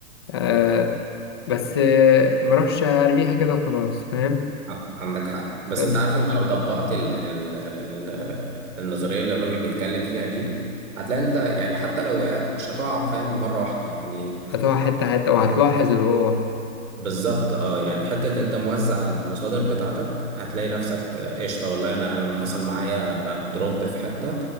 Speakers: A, on the left (about 20°); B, on the right (about 75°).
A: آه بس آه، ما اروحش ارميها كده وخلاص فاهم
B: ع- عندك حق بس
A: بس
B: أنت عارف أنت لو طبقت ال... ال... ال... النظرية اللي الراجل بيتكلم فيها دي هتلاقي أنت يعني حتى لو وقعت مش هتقع فاهم مرة واحدة يعني
A: هتقع حته حته وهتلاحظ الوقوع
B: بالظبط اه يعني حتة انت موزع المصادر بتاعتك هتلاقي نفسك آه، قشطة والله انا انا حصل معايا دروب في حتة